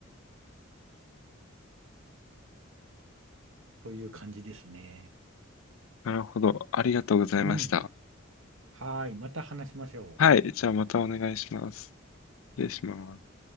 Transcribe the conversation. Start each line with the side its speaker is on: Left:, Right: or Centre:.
Right: という感じですね。
Left: なるほど。ありがとうございました。
Right: うん。はーい。また話しましょう。
Left: はい。じゃあまたお願いします。失礼します。